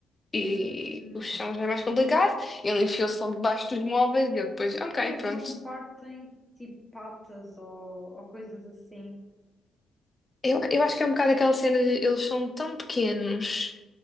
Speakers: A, on the left; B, in the centre.
A: E
B: Hum,
A: o chão já é mais complicado. Ele enfiou-se logo debaixo dos móveis e eu depois,
B: como
A: ok,
B: é que eles
A: pronto.
B: não partem tipo patas ou, ou coisas assim?
A: Eu, eu acho que é um bocado aquela cena de eles são tão pequenos.